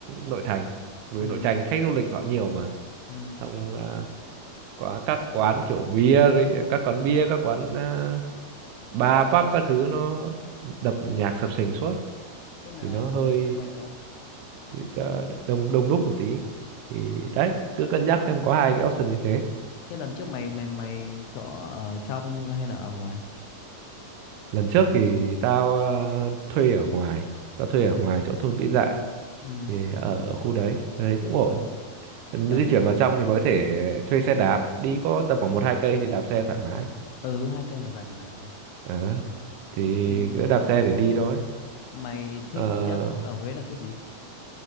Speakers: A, on the right (about 80°); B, on the left (about 85°).
A: nội thành bởi
B: ừ
A: vì nội thành khách du lịch họ nhiều mà
B: ừ
A: xong à, có các quán kiểu bia rị- các quán bia các quán à, bar pub các thứ nó đập nhạc sập sình suốt
B: thế là
A: thì nó hơi
B: lần trước mày ở đâu
A: đ- đông đông đúc một tí thì đấy cứ cân nhắc xem có hai cái option như thế
B: Thế lần trước mày mày mày chỗ ở trong hay là ở ngoài?
A: lần trước thì tao à, thuê ở ngoài tao
B: Ở
A: thuê
B: ngoài.
A: ở ngoài chỗ thôn Vĩ Dạ
B: Ừ,
A: thì ở khu đấy đấy cũng ổn di
B: tao nghĩ
A: chuyển
B: là
A: vào trong thì mới có thể thuê xe đạp đi có tầm khoảng một hai cây thì đạp xe thoải mái
B: ừ hai cây là gần mà.
A: ờ thì
B: Thế thì
A: cứ đạp xe để đi thôi
B: mày thích
A: Ờ,
B: nhất ở Huế là cái gì?